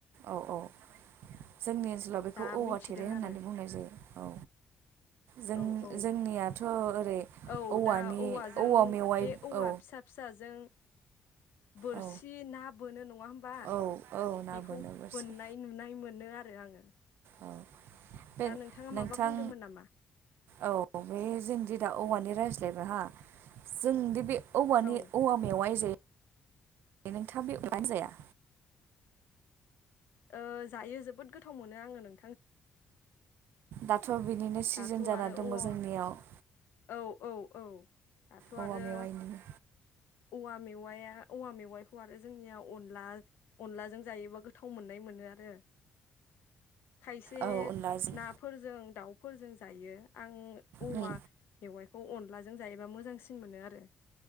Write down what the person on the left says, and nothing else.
दा
मिथिदों
आरो
औ औ
औ
दा औवाजों
बे औवा
फिसा फिसाजों बोरसि
ना बोनो नङा होमबा
बेखौ
बोननाय नुनाय मोनो आरो आङो।
दा नोंथाङा माबा
बुंदोंमोन नामा
औ
ओ जायो जोबोद गोथाव मोनो आङो नों
दाथ'
आरो
औवा
औ औ औ दाथ'
आरो
औवा मेव औवाया औवा मेवाइखौ आरो जोंनिया अनला अनलाजों जायोबा गोथाव मोनो आरो। खायसे
नाफोरजों दाउफोरजों जायो आं औवा
मेवाइ बेखौ अनलाजों जायोबा मोजांसिन मोनो आरो।